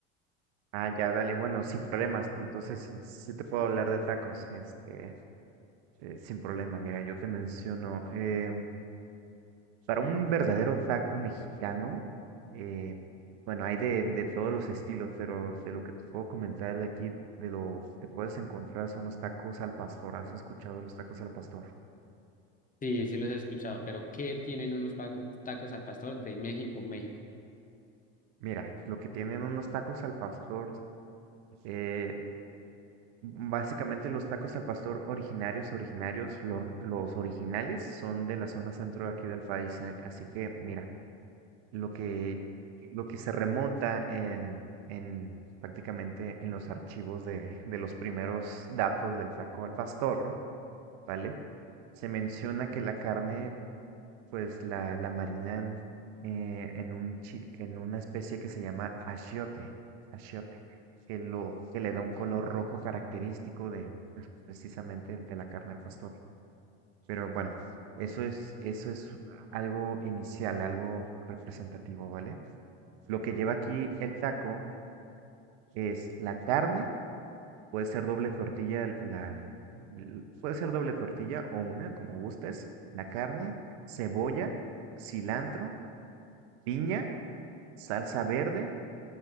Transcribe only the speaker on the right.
Ah, ya, dale. Bueno, sin problemas. Entonces sí, sí te puedo hablar de tacos, este, eh, sin problema. Mira, yo te menciono. em, Para un verdadero taco mexicano, eh, bueno, hay de, de todos los estilos, pero de lo que te puedo comentar de aquí, de lo que puedes encontrar son los tacos al pastor. ¿Has escuchado de los tacos al pastor?
Mira, lo que tienen unos tacos al pastor, eh, básicamente los tacos al pastor originarios, originarios, lo- los originales son de la zona centro de aquí del país. a- Así que, mira. lo que, lo que se remonta en, en prácticamente en los archivos de, de los primeros datos del taco al pastor, ¿vale? Se menciona que la carne, pues la, la marinan eh, en, un, chi- en una especie que se llama achiote, achiote, que, lo, que le da un color rojo característico de pues, precisamente el de la carne del pastor. Pero bueno, eso es, eso es algo inicial, algo representativo, ¿vale? Lo que lleva aquí el taco es la carne, puede ser doble tortilla, la, l- puede ser doble tortilla o una, como gustes, la carne, cebolla, cilantro, piña, salsa verde,